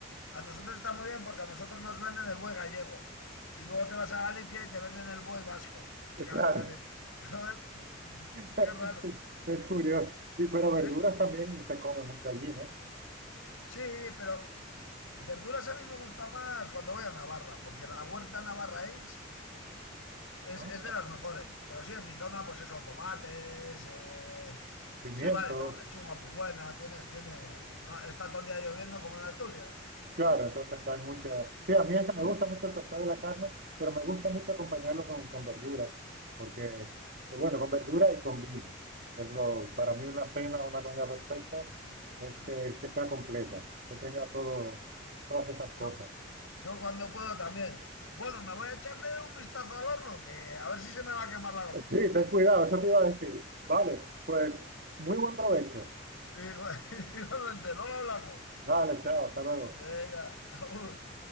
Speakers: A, on the left; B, on the right.
A: a nosotros está muy bien porque a nosotros nos venden el buey gallego. Y luego te vas a Galicia y te venden el buey vasco. Claro,
B: claro,
A: entonces dices, joder, <laughs>
B: <laughs>
A: qué raro.
B: sí, es curioso. Y, pero verduras
A: Sí,
B: también se come mucho allí, ¿no?
A: sí, pero verduras a mí me gusta más cuando voy a Navarra, porque la huerta navarra es... Es,
B: Ah,
A: es de las mejores, pero sí, en mi zona, pues eso, tomates, eh,
B: pimientos.
A: sí, vale, todo, lechuga muy buena, tienes, tienes, no, está todo el día lloviendo como en Asturias.
B: Claro, entonces hay mucha... Sí, a mí es que me gusta mucho el pescado y la carne, pero me gusta mucho acompañarlo con, con verdura, porque, eh, bueno, con verdura y con vino. Es lo, para mí una cena, una comida perfecta, es
A: Mm.
B: que, que sea completa, que tenga todo, todas esas cosas.
A: Yo, yo cuando puedo también. Bueno, me voy a echarle un vistazo al horno, que a ver si se me va a quemar la comida.
B: Sí, ten cuidado, eso te iba a decir. Vale, pues muy buen provecho.
A: Igual- <laughs> Igualmente, luego hablamos.
B: Vale, chao, hasta luego.
A: Venga, agur.